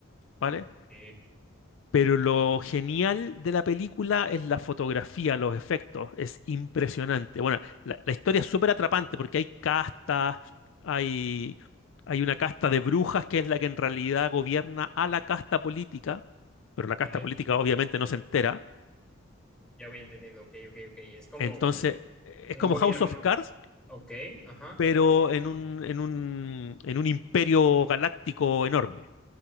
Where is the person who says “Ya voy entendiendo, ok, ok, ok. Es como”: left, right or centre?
Centre